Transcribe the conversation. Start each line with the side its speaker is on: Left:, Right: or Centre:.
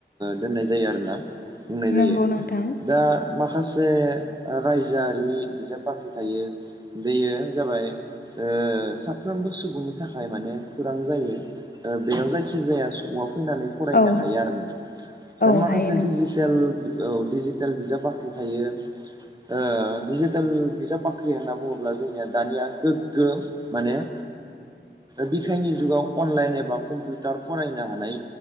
Right: दोननाय जायो आरोना बुंनाय जायो
Left: नंगौ नोंथां
Right: दा माखासे रायजोआरि बिजाब बाख्रि थायो बेयो जाबाय ओ साफ्रोमबो सुबुंनि थाखाय माने खौरां जायो ओ बेयाव जायखिजाया सुबुंआ फैनानै फरायनो
Left: औ
Right: हायो आरो नो दा
Left: औ
Right: माखासे
Left: हायो नोंथां
Right: डिजिटेल औ डिजि टेल बिजाब बाख्रि थायो ओ डिजिटेल बिजाब बाख्रि होनना बुङोब्ला जोंनिया दानिया गो माने बिखायनि जुगाव अनलाइन एबा कम्पिउटार फरायनो हानाय